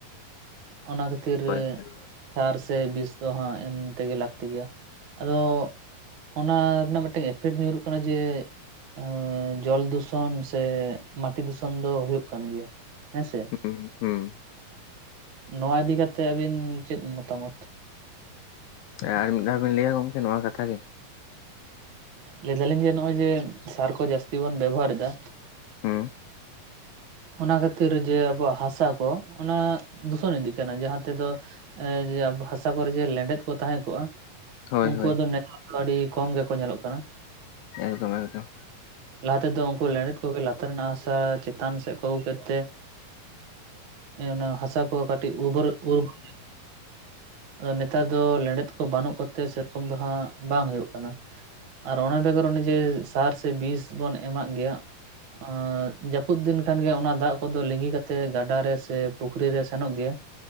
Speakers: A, on the right; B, on the left.
A: ᱚᱱᱟ ᱠᱷᱟᱹᱛᱤᱨ
B: ᱦᱳᱭ ᱦᱳᱭ
A: ᱥᱟᱨ ᱥᱮ ᱵᱤᱥ ᱫᱚ ᱦᱟᱸᱜ ᱮᱢ ᱛᱮᱜᱮ ᱞᱟᱹᱠᱛᱤ ᱜᱮᱭᱟ᱾ ᱟᱫᱚ ᱚᱱᱟ ᱨᱮᱱᱟᱜ ᱢᱤᱫᱴᱮᱱ ᱮᱯᱷᱮᱠᱴ ᱧᱩᱨᱩᱜ ᱠᱟᱱᱟ ᱡᱮ ᱮᱸ ᱡᱚᱞ ᱫᱷᱩᱥᱚᱱ ᱥᱮ ᱢᱟᱴᱤ ᱫᱩᱥᱚᱱ ᱫᱚ ᱦᱩᱭᱩᱜ ᱠᱟᱱ ᱜᱮᱭᱟ᱾ ᱦᱮᱸᱥᱮ
B: ᱦᱩᱸ ᱦᱩᱸ
A: ᱱᱚᱣᱟ ᱤᱫᱤ ᱠᱟᱛᱮ ᱟᱹᱵᱤᱱ ᱪᱮᱫ ᱢᱚᱛᱟᱢᱚᱛ
B: ᱦᱮᱸ ᱟᱨ ᱢᱤᱫ ᱫᱷᱟᱣ ᱵᱮᱱ ᱞᱟᱹᱭᱟ ᱜᱚᱢᱠᱮ ᱱᱚᱣᱟ ᱠᱟᱛᱷᱟ ᱜᱮ
A: ᱞᱟᱹᱭ ᱮ ᱫᱟᱞᱤᱧ ᱡᱮ ᱱᱚᱜᱼᱚᱭ ᱡᱮ ᱥᱟᱨ ᱠᱚ ᱡᱟᱹᱥᱛᱤ ᱵᱚᱱ ᱵᱮᱵᱚᱦᱟᱨ ᱮᱫᱟ᱾
B: ᱦᱩᱸ
A: ᱚᱱᱟ ᱠᱷᱟᱹᱛᱤᱨ ᱡᱮ ᱟᱵᱚᱣᱟᱜ ᱦᱟᱥᱟ ᱠᱚ ᱚᱱᱟ ᱫᱷᱩᱥᱚᱱ ᱤᱫᱤᱜ ᱠᱟᱱᱟ ᱡᱟᱦᱟᱸ ᱛᱮᱫᱚ ᱮᱸ ᱡᱮ ᱟᱵᱚ ᱦᱟᱥᱟ ᱠᱚᱨᱮ ᱡᱮ ᱞᱮᱸᱰᱮᱛ ᱠᱚ ᱛᱟᱦᱮᱸ ᱠᱚᱜᱼᱟ᱾
B: ᱦᱳᱭ
A: ᱩᱝᱠᱩ
B: ᱦᱳᱭ
A: ᱟᱫᱚ ᱱᱮᱛᱟᱨ ᱫᱚ ᱟᱹᱰᱤ ᱠᱚᱢ ᱜᱮᱠᱚ ᱧᱮᱞᱚᱜ ᱠᱟᱱᱟ᱾
B: ᱮᱠᱫᱚᱢ ᱮᱠᱫᱚᱢ
A: ᱞᱟᱦᱟ ᱛᱮᱫᱚ ᱩᱱᱠᱩ ᱞᱮᱸᱰᱮᱛ ᱠᱚᱜᱮ ᱞᱟᱛᱟᱨ ᱨᱮᱱᱟᱜ ᱦᱟᱥᱟ ᱪᱮᱛᱟᱱ ᱥᱮᱫ ᱠᱚ ᱟᱹᱜᱩ ᱠᱮᱫᱛᱮ ᱚᱱᱟ ᱦᱟᱥᱟ ᱠᱚ ᱠᱟᱹᱴᱤᱡ ᱩᱵᱟᱹᱨ ᱩᱨᱵ ᱧᱚᱜ <unintelligible> ᱟᱫᱚ ᱱᱮᱛᱟᱨ ᱫᱚ ᱞᱮᱸᱰᱮᱛ ᱠᱚ ᱵᱟᱹᱱᱩᱜ ᱠᱚᱛᱮ ᱥᱮᱨᱚᱠᱚᱢ ᱫᱚ ᱦᱟᱸᱜ ᱵᱟᱝ ᱦᱳᱭᱳᱜ ᱠᱟᱱᱟ᱾ ᱟᱨ ᱚᱱᱟ ᱵᱮᱜᱚᱨ ᱚᱱᱮ ᱡᱮ ᱥᱟᱨ ᱥᱮ ᱵᱤᱥ ᱵᱚᱱ ᱮᱢᱟᱜ ᱜᱮᱭᱟ᱾ ᱟᱨ ᱡᱟᱹᱯᱩᱫ ᱫᱤᱱ ᱢᱮᱱ ᱠᱷᱟᱱ ᱜᱮ ᱚᱱᱟ ᱫᱟᱜ ᱠᱚᱫᱚ ᱞᱤᱸᱜᱤ ᱠᱟᱛᱮᱜ ᱜᱟᱰᱟᱨ ᱨᱮ ᱥᱮ ᱯᱩᱠᱷᱨᱤ ᱨᱮ ᱥᱮᱱᱚᱜ ᱜᱮᱭᱟ᱾